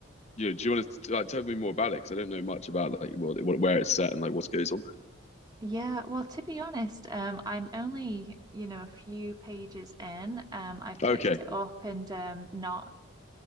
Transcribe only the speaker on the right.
Yeah, well, to be honest, um, I'm only, you know, a few pages in. Um, I've
picked
it up and um, not